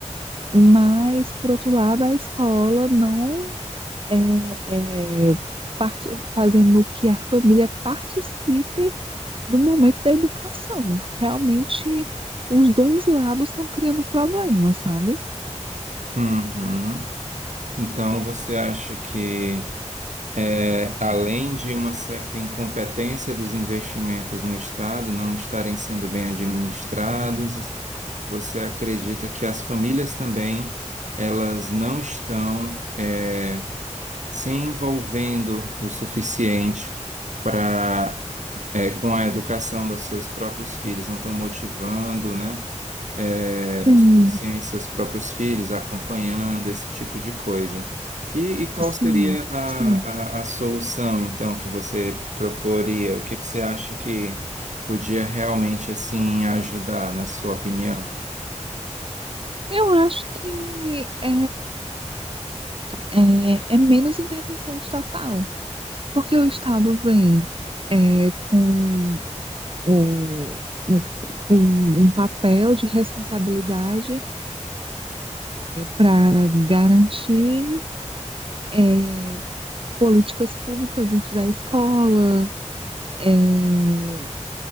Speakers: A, on the right; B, on the right.
A: mas, por outro lado, a escola não é, é, parte, fazendo que a família participe do momento da educação. Realmente, os dois lados estão criando problemas, sabe?
B: Uhum. Então, você acha que, é, além de uma certa incompetência dos investimentos no Estado não estarem sendo bem administrados, você acredita que as famílias também elas não estão eh, se envolvendo o suficiente para com a educação dos seus próprios filhos, não estão motivando, né, é,
A: Sim,
B: o suficiente seus próprios filhos, acompanhando esse tipo de coisa. E, e qual
A: sim,
B: seria a,
A: sim.
B: a, a solução, então, que você proporia? O que que você acha que podia realmente, assim, ajudar, na sua opinião?
A: Eu acho que é, é é menos intervenção estatal. Porque o Estado vem é, com, o, um, com um papel de responsabilidade para garantir é, políticas públicas dentro da escola, é,